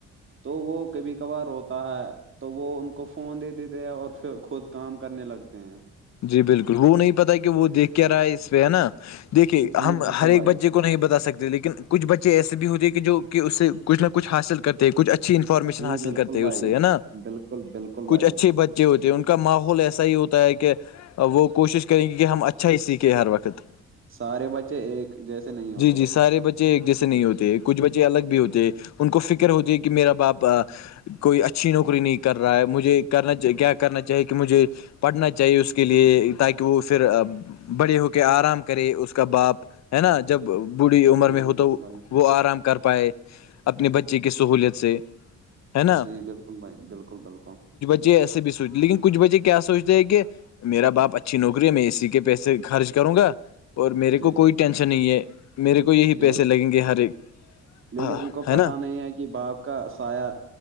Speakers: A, on the right; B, on the left.
A: تو وہ کبھی کبھار روتا ہے تو وہ ان کو فون دے دیتے ہیں اور پھر خود کام کرنے لگتے ہیں
B: جی بالکل وہ نہیں پتا کہ وہ دیکھ کے رہا ہے اس پہ ہے نا دیکھیے
A: جی
B: ہم
A: بالکل
B: ہر ایک
A: بھائی
B: بچے کو نہیں بتا سکتے لیکن کچھ بچے ایسے بھی ہوتے ہیں کہ جو کہ اس سے کھ نہ کچھ حاصل کرتے ہیںچھ اچھا اچھی انفارمیشن
A: جی
B: حاصل
A: بالکل
B: کرتے ہیں
A: بھائی
B: اس سے ہے نا
A: بالکل بالکل
B: کچھ
A: بھائی
B: اچھے بچے ہوتی ہے ان کا ماحول ایسا ہی ہوتا ہے کہ وہ کوشش کریں گی کہ ہم اچھا ہی سیکھیں ہر وقت
A: سارے بچے ایک جیسے نہیں ہوتے
B: جی جی سارے بچے جیسے نہیں ہوتے کچھ بچے الگ بھی ہوتے ان کو فکر ہوتی ہے کہ میرا باپ کوئی اچھی نوکری نہیں کر رہا ہے مجھے کرنا کیا کرنا چاہیے کہ مجھے پڑھنا چاہیے اس کے لیے تاکہ وہ پھر بڑے ہو کے آرام کرے اس کا باپ ہے نا جب بوڑھی عمر
A: جی
B: میں
A: بالکل
B: ہو تو
A: بھائی
B: وہ آرام کر پائے اپنے بچی کی سہولیت سے ہے نا
A: جی بالکل بھائی بالکل بالکل
B: ج ایسے بھی سوچ لیکن کچھ بچے کیا سوچتے ہیں کہ میرا باپ اچھی نوکری ہے میں اسی کے پیسے خرچ کروں گا اور میرے
A: جی
B: کو کوئی ٹینشن نہیں ہے میرے کو یہی
A: لیکن
B: پیسے لگیں گے ہر ایک
A: لیکن
B: ہاں
A: ان کو
B: ہے
A: پتا
B: نا
A: نہیں ہے کہ باپ کو کا سایہ